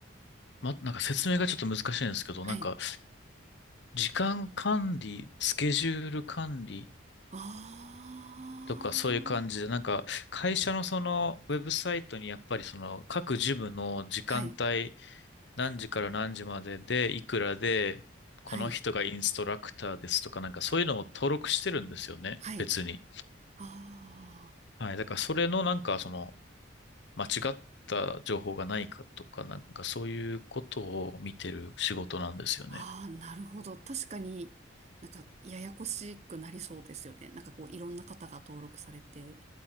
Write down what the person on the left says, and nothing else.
ま、なんか説明がちょっと難しいんですけど、
なんか、時間管理、スケジュール管理
とかそういう感じで、なんか、会社のその、ウェブサイトにやっぱりその、各事務の時間帯
何時から何時までで、いくらで、この人がインストラクターですとか、
なんかそういうのを登録してるんですよね、
別に。
はい。だからそれのなんかその、間違った情報がないかとか、なんかそういうことを見てる仕事なんですよね。